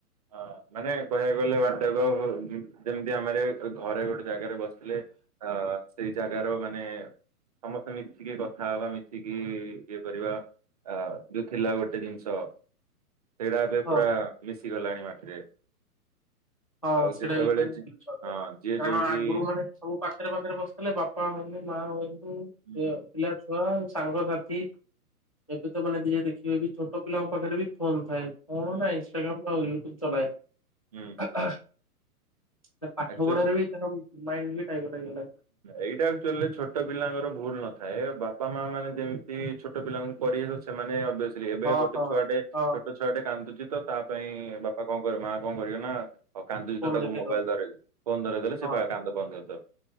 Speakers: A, on the right; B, on the left.
A: ହଁ ମାନେ କହିବାକୁ ଗଲେ ୱାନ ଟାଇପ୍ ଅଫ୍ ଯେମିତି ଆମର ଘରେ ଗୋଟେ ଜାଗାରେ ବସିଥିଲେ ତ ସେଇ ଜାଗାର ମାନେ ସମସ୍ତେ ମିଶିକି କଥା ହବା ମିଶିକି ଇଏ କରିବା ଆ ଯୋଉ ଥିଲା ଗୋଟେ ଜିନିଷ ସେଇଟା ଏବେ
B: ହଁ
A: ପୁରା ମିଶି ଗଲାଣି ମାଟିରେ।
B: ହଁ
A: ଆଉ
B: ସେଇଟା
A: ଯେତେବେଳେ
B: ବି କହିବା <unintelligible>
A: ଯି- ହଁ ଯିଏ
B: କାରଣ
A: ଯୋଉଠି
B: ଆଗରୁ ମାନେ ସବୁ ପାଖରେ ପାଖରେ ବସିଥିଲେ ବାପା ମମି ମା ହଉ ଏ
A: ହୁଁ
B: ପିଲା ଛୁଆ ସାଙ୍ଗସାଥି ଏବେ ତ ମାନେ ଯିଏ ଦେଖିବେ ବି ଛୋଟ ପିଲାଙ୍କ ପାଖରେ ବି ଫୋନ ଥାଏ। ମୋର
A: ହୁଁ
B: ନାଇ ଇନଷ୍ଟା ଗ୍ରାମ୍ ଆଉ ୟୁଟ୍ୟୁବ ଚଲାଏ।
A: ହୁଁ
B: <unintelligible> ପାଠ
A: ଆକ୍ଚୁଆଲି
B: ପଢାରେ ବି ତାର ମାଇଣ୍ଡ ବି ଡାଇଭର୍ଟ ହେଇଗଲା
A: ଏଇଟା ଆକ୍ଚୁଆଲି ଛୋଟ ପିଲାଙ୍କର ଭୁଲ ନଥାଏ ବାପ ବାପା ମା ମାନେ ଯେମିତି ଛୋଟ ପିଲାଙ୍କୁ ପରି ସେମାନେ ଅଭ ଏବେ
B: ହଁ
A: ଗୋଟେ
B: ହଁ
A: ଛୁଆଟେ ଛୋଟ
B: ହଁ
A: ଛୁଆଟେ କାନ୍ଦୁଚି ତ ତା ପାଇଁ ବାପା କଣ କରିବ ମା କଣ କରିବ ନା ଆଉ କାନ୍ଦୁଚି
B: ଫୋନ
A: ତ ତାକୁ
B: ଦେଖେଇଦବ
A: ମୋବାଇଲ ଧରେଇ ଦେ ଫୋନ ଧରେଇ ଦେଲେ
B: ହଁ
A: ସେ କାନ୍ଦ ବନ୍ଦ କରିଦବ।